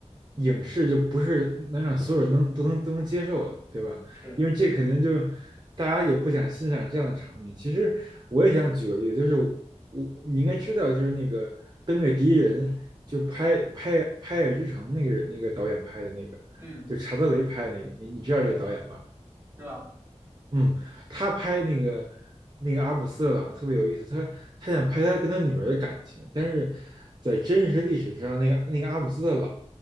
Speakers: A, on the right; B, on the right.
A: 影视就不是能让所有人能都能都能接受的，对吧？
B: 是的，
A: 因为这肯定就大家也不想欣赏这样的场面。其实我也想举个例子，就是我你应该知道，就是那个《登月第一人》，就拍拍《拍爱之城》那个人那个导演拍的那个，
B: 嗯，
A: 就查德雷拍的那个，你你知道这个导演吧？
B: 对，知道，
A: 嗯，他拍那个那个阿姆斯特朗特别有意思，他他想拍他跟他女儿的感情，但是在真实历史上，那个那个阿姆斯特朗，